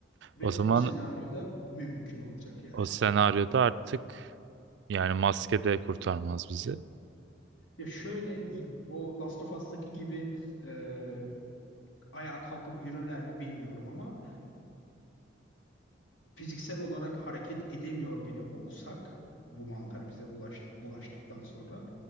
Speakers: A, on the left; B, on the right.
A: Ve
B: O zaman
A: o senaryoda mümkün olacak yani.
B: o senaryoda artık yani maske de kurtarmaz bizi.
A: Ya şöyle y- o Last of Us'taki gibi e, ayağa kalkıp yürürler mi bilmiyorum ama fiziksel olarak hareket edemiyor bile olsak bu mantar bize ulaştık, bulaştıktan sonra